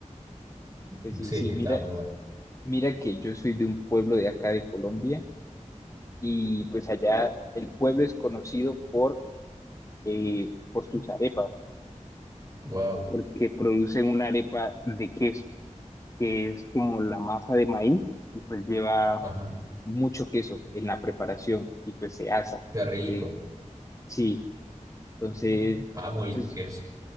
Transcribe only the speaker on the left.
Es sí
sí,
mira,
mira que yo soy de un pueblo de acá de Colombia y pues allá el pueblo es conocido por, eh, por sus arepas,
porque producen una arepa de queso. que es como la masa de maíz y pues lleva
mucho queso en la preparación y pues se asa.
Eh, sí, entonces,
pues,